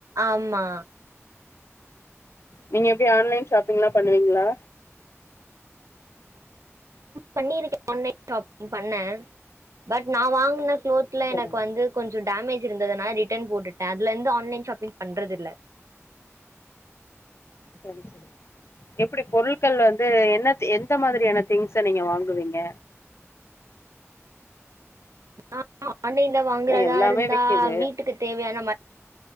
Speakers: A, on the right; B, on the left.
A: ஆமா
B: நீங்க எப்படி ஆன்லைன் ஷாப்பிங் எல்லா பண்ணுவீங்களா
A: பண்ணியிருக்கே ஆன்லை ஷாப்பிங் பண்ண பட் நா வாங்கன குளோத்ல
B: சரி
A: எனக் வந்து கொஞ்ச டேமேஜ் இருந்ததுன ரிட்டன் போட்டுட்டே அதுல இருந்து ஆன்லைன் ஷாப்பிங் பண்றது இல்ல
B: சரி சரி எப்படி பொருட்கள் வந்து என்ன எந்த மாதிரியான திங்ஸ நீங்க வாங்குவீங்க
A: ஆஹ ஆன்லைன்ல வாங்குறதா
B: நான் எல்லாமே
A: இருந்தா
B: விக்குது
A: வீட்டுக்கு தேவையான மண்